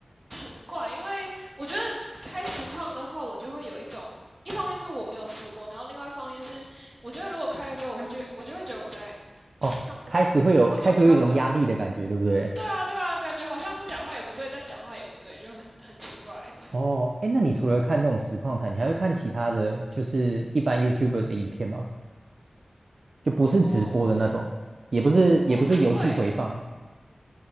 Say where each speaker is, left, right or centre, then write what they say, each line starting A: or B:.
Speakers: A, on the right; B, on the right.
A: 很怪，因为我觉得开实况的话，我就会有一种，一方面是我没有试过，然后另外一方面是，我觉得如果开了之后，我会觉得我就会觉得我在、嗯、
B: 哦，
A: 上班，
B: 开始会有开始会有一种压力的感觉，
A: 然后就没有办法。
B: 对不对？
A: 对啊，对啊，感觉好像不讲话也不对，但讲话也不对，就很很奇怪。
B: 哦，哎，那你除了看这种实况台，你还会看其他的就是一般 YouTuber 的影片吗？就不是直播的那种，
A: 哦、我
B: 也不是也不是游戏回放，
A: 哦，会，